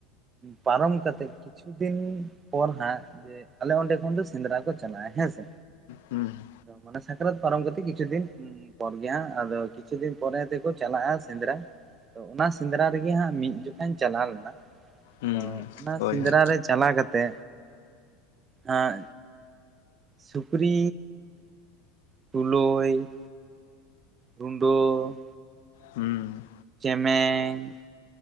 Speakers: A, on the right; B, on the left.
A: ᱯᱟᱨᱚᱢ ᱠᱟᱛᱮᱜ ᱠᱤᱪᱷᱩ ᱫᱤᱱ ᱯᱚᱨ ᱦᱟᱸᱜ ᱟᱞᱮ ᱚᱸᱰᱮ ᱠᱷᱚᱱ ᱫᱚ ᱥᱮᱸᱫᱽᱨᱟ ᱠᱚ ᱪᱟᱞᱟᱜ-ᱟ ᱦᱮᱸ ᱥᱮ᱾
B: ᱦᱩᱸ <unintelligible>
A: ᱢᱟᱱᱮ ᱥᱟᱠᱨᱟᱛ ᱯᱟᱨᱚᱢ ᱠᱟᱛᱮᱫ ᱠᱤᱪᱷᱩ ᱫᱤᱱ ᱯᱚᱨ ᱜᱮ ᱦᱟᱸᱜ ᱟᱫᱚ ᱠᱤᱪᱷᱩ ᱫᱤᱱ ᱯᱚᱨᱮ ᱛᱮᱠᱚ ᱪᱟᱞᱟᱜᱼᱟ ᱥᱮᱸᱫᱽᱨᱟ, ᱚᱱᱟ ᱥᱮᱸᱫᱽᱨᱟ ᱨᱮᱜᱮ ᱦᱟᱸᱜ ᱢᱤᱫ ᱡᱚᱠᱷᱟᱧ ᱪᱟᱞᱟᱣ ᱞᱮᱱᱟ,
B: ᱦᱩᱸ
A: ᱛᱚ ᱚᱱᱟ
B: ᱦᱳᱭ
A: ᱥᱮᱸᱫᱽᱨᱟ
B: ᱦᱳᱭ
A: ᱨᱮ ᱪᱟᱞᱟᱣ ᱠᱟᱛᱮ ᱦᱟᱸᱜ ᱥᱩᱠᱨᱤ ᱛᱩᱞᱳᱭ ᱨᱩᱱᱰᱟ.
B: ᱦᱩᱸ
A: ᱪᱮᱢᱮᱧ,